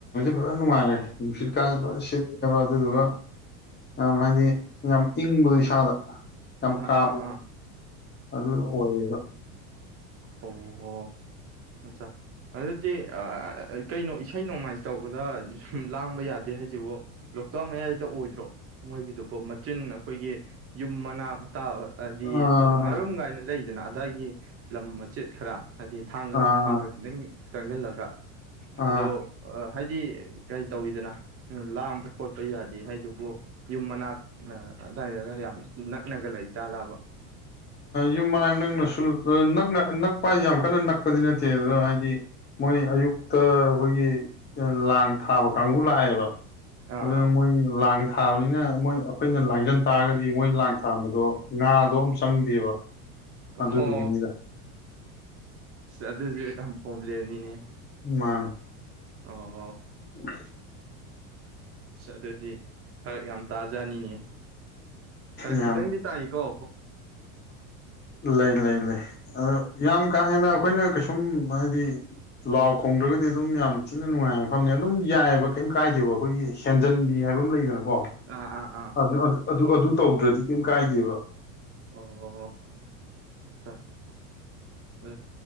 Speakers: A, on the left (about 25°); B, on the right (about 30°).
A: ꯐꯖꯅ ꯅꯨꯡꯉꯥꯏꯔꯦ ꯅꯨꯡꯠ ꯀꯥꯕ
B: ꯎꯝ
A: ꯁꯤꯕ ꯑꯗꯨꯗꯨꯒ ꯌꯥꯝ ꯍꯥꯏꯗꯤ ꯌꯥꯝ ꯏꯪꯕꯗꯣ ꯏꯁꯥꯗ ꯌꯥꯝ
B: ꯑꯥ
A: ꯀꯥꯝ
B: ꯑꯥ ꯑꯥ
A: ꯑꯗ ꯑꯣꯏꯌꯦꯦꯒ
B: ꯑꯣꯍꯣ ꯑꯠꯆꯥ ꯑꯗꯨꯗꯤ ꯀꯩꯅꯣ ꯏꯁꯩ ꯅꯣꯡꯃꯥꯏ ꯇꯧꯕꯗ ꯁꯨꯝ ꯂꯥꯡꯕ ꯌꯥꯗꯦ ꯍꯥꯏꯁꯤꯕ ꯂꯣꯛꯇꯥꯛ ꯃꯌꯥꯏꯗ ꯑꯣꯏꯗ꯭ꯔꯣ ꯃꯣꯏꯒꯤꯗꯨꯕꯨ ꯃꯆꯤꯟ ꯑꯩꯈꯣꯏꯒꯤ ꯌꯨꯝ <unintelligible> ꯍꯥꯏꯗꯤ
A: ꯑꯥ
B: ꯉꯥꯔꯝ ꯀꯥꯏꯅ ꯂꯩꯗꯅ ꯑꯗꯥꯏꯒꯤ ꯂꯝ ꯃꯆꯦꯠ ꯈꯔ ꯍꯥꯏꯗꯤ ꯊꯥꯡꯒ
A: ꯑꯥ
B: ꯊꯥꯡꯒ ꯈꯤꯇꯪ ꯆꯪꯁꯤꯜꯂꯒ
A: ꯑꯥ
B: ꯑꯗꯣ ꯑ ꯍꯥꯏꯗꯤ ꯀꯩ ꯇꯧꯋꯤꯗꯅ ꯂꯥꯡꯕ ꯈꯣꯠꯄ ꯌꯥꯗꯦ ꯍꯥꯏꯗꯨꯕꯨ ꯌꯨꯝ ꯃꯅꯥ ꯑꯗꯨꯗꯥꯏꯅꯔꯒ ꯌꯥꯝꯃꯤ ꯅꯛꯅꯒ ꯂꯩ ꯆꯥꯂꯥꯕ
A: ꯌꯨꯝ ꯃꯅꯥꯛ ꯅꯛꯅ ꯅꯛꯄ ꯍꯥꯏꯁꯦ ꯌꯥꯝ ꯀꯟꯅ ꯅꯛꯄꯗꯤ ꯅꯠꯇꯦ ꯑꯗꯣ ꯍꯥꯏꯗꯤ ꯃꯣꯏ ꯑꯌꯨꯛꯇ ꯑꯩꯈꯣꯏꯒꯤ ꯂꯥꯡ ꯊꯥꯕ ꯀꯥꯡꯕꯨ ꯂꯥꯛꯑꯦꯕ
B: ꯑꯥ
A: ꯑꯗꯨ
B: ꯑꯥ
A: ꯃꯣꯏ ꯂꯥꯡꯉ ꯊꯥꯕꯅꯤꯅ ꯃꯣꯏ ꯑꯩꯈꯣꯏꯅ ꯂꯥꯡꯖꯟ ꯇꯥꯔꯒꯗꯤ ꯃꯣꯏ ꯂꯥꯡ ꯊꯥꯝꯕꯗꯣ ꯉꯥꯗꯣ ꯆꯪꯗꯦꯕ ꯑꯗꯨꯗꯨꯒꯤꯅꯤꯗ
B: ꯍꯣ ꯑꯗꯨꯁꯨ ꯌꯥꯝ ꯄꯣꯝꯃꯦ ꯂꯦꯅꯤꯅꯦ
A: ꯃꯥꯅꯦ
B: ꯑꯣꯣ
A: ꯎ
B: ꯑꯗꯨꯗꯤ ꯈꯔ ꯌꯥꯝ ꯇꯥꯖꯩ ꯖꯅꯤꯅꯤ ꯈꯔ
A: ꯌꯥꯝ
B: ꯈꯤꯇꯪꯗꯤ ꯇꯥꯏꯏꯀꯣ
A: ꯂꯩ ꯂꯩ ꯂꯩ ꯑꯣ ꯌꯥꯝ ꯀꯥ ꯍꯦꯟꯅ ꯑꯩꯈꯣꯏꯅ ꯀꯩꯁꯨꯝ ꯍꯥꯏꯗꯤ ꯂꯥꯎ ꯈꯣꯡꯗ꯭ꯔꯒꯗꯤ ꯑꯗꯨꯝ ꯌꯥꯝ ꯊꯤꯅ ꯅꯨꯡꯉꯥꯏꯕ ꯃꯐꯝꯅꯦ ꯑꯗꯨꯝ ꯌꯥꯏꯑꯕ ꯀꯩꯝ ꯀꯥꯏꯗꯦꯕ ꯑꯩꯈꯣꯏꯒꯤ ꯍꯦꯟꯖꯟꯕꯤ ꯍꯥꯏꯕ ꯑꯃ ꯂꯩꯗꯅ ꯋꯥ
B: ꯑꯥ ꯑꯥ ꯑꯥ
A: ꯑꯗꯨ ꯑ ꯑꯗꯨ ꯑꯗꯨ ꯇꯧꯗ꯭ꯔꯗꯤ ꯀꯩꯝ ꯀꯥꯏꯗꯦꯕ
B: ꯑꯣ ꯑꯆꯥ ꯎ